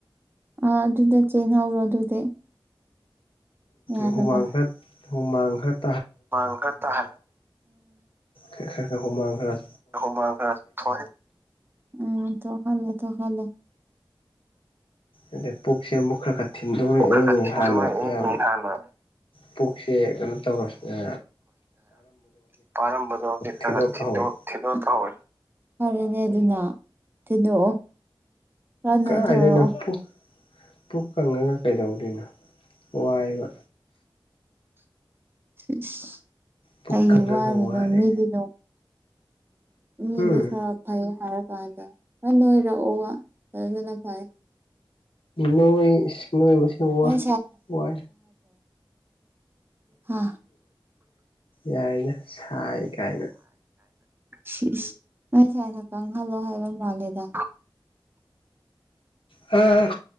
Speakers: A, on the right; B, on the left.
A: ꯑ ꯑꯗꯨꯗ ꯆꯦꯅ ꯍꯧꯔꯣ ꯑꯗꯨꯗꯤ ꯌꯥꯔꯕ
B: ꯍꯨꯃꯥꯡꯍꯠ ꯍꯨꯃꯥꯡꯍꯠ
A: ꯍꯨꯃꯥꯡ ꯈꯔ ꯇꯥꯍꯜꯂꯒ‌ꯦ
B: ꯈꯔ ꯈ ꯍꯨꯃꯥꯡ ꯈꯔꯥ
A: ꯍꯨꯃꯥꯡ ꯈꯔ ꯊ‌ꯣꯛꯍꯟ ꯎꯝ ꯊ‌ꯣꯛꯍꯜꯂꯣ ꯊ‌ꯣꯛꯍꯜꯂꯣ
B: ꯑꯗꯩ ꯄꯨꯛꯁꯦ ꯑꯃꯨꯛ ꯈꯔ ꯈꯔ ꯊꯤꯟꯗꯣꯛꯣꯔꯛꯑꯦ
A: ꯄꯨꯛ ꯈꯔ ꯈꯔ ꯊꯤꯟꯗꯣꯔꯛꯑꯦ
B: ꯍꯥꯟꯅ ꯌꯥꯝ
A: ꯍꯥꯟꯅ
B: ꯄꯨꯛꯁꯦ ꯀꯩꯅꯣ ꯇꯧꯔꯁꯤꯅꯦ
A: ꯄꯥꯔꯝꯕꯗꯣꯗꯤ ꯈꯔ
B: ꯊꯤꯟꯗꯣꯛꯄ
A: ꯊꯤꯟꯗꯣꯛ
B: ꯍꯧꯔꯦ
A: ꯊꯤꯟꯗꯣꯛ ꯇꯎꯋꯤ ꯐꯔꯦꯅꯦ ꯑꯗꯨꯅ ꯊꯤꯟꯗꯣꯛꯑꯣ ꯈꯔ ꯅꯣꯏꯊꯔꯛꯑꯣ
B: ꯀꯥꯏꯗꯩꯅ‌ꯣ ꯄꯨꯛ ꯄꯨꯛ ꯀꯪꯉꯒ ꯀꯩꯗꯧꯗꯣꯏꯅꯣ ꯋꯥꯏꯌ‌ꯦꯕ
A: ꯑꯁ
B: ꯄꯨꯛ
A: ꯀꯩꯒꯤ
B: ꯀꯪꯉꯒ
A: ꯋꯥꯔꯤꯅꯣ
B: ꯋꯥꯔꯦ
A: ꯃꯤꯗꯤꯅꯣ ꯃꯤꯗꯤ
B: ꯎꯝ
A: ꯈꯔ ꯐꯩ ꯍꯥꯏꯔꯀꯥꯟꯗ ꯅꯪ ꯅꯣꯏꯔꯛꯑꯣꯕ <unintelligible> ꯐꯥꯏ
B: ꯅꯣꯏ ꯅꯣꯏꯕꯁꯦ ꯋꯥꯏ
A: ꯅꯣꯏ
B: ꯋꯥꯏ
A: ꯀ
B: ꯌꯥꯏꯗ ꯁꯥꯏ ꯀꯥꯏꯅ
A: ꯁꯤꯁ ꯅꯣꯏ ꯁꯥꯏꯅ ꯀꯥꯡꯪꯍꯜꯂꯣ ꯍꯥꯏꯕ ꯃꯥꯜꯂꯦꯗ
B: ꯑ